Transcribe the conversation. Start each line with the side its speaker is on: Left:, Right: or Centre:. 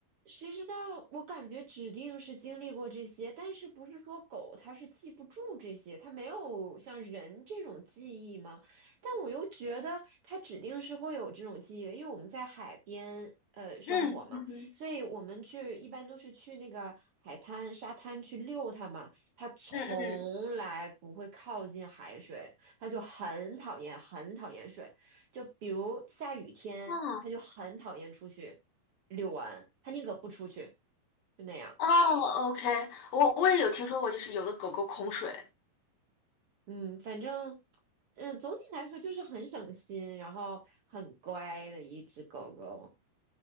Right: 谁知道？我感觉指定是经历过这些，但是不是说狗它是记不住这些，它没有像人这种记忆吗？但我又觉得它指定是会有这种记忆的，因为我们在海边呃生活嘛，
Left: 嗯嗯哼
Right: 所以我们去一般都是去那个海滩、沙滩去遛它嘛，它从来不会靠近海水，
Left: 嗯嗯，
Right: 它就很讨厌、很讨厌水，就比如下雨天，
Left: 嗯
Right: 它就很讨厌出去。遛完，他宁可不出去，就那样。
Left: 哦，OK，我我也有听说过，就是有的狗狗恐水，
Right: 嗯，反正，嗯，总体来说就是很省心，然后很乖的一只狗狗。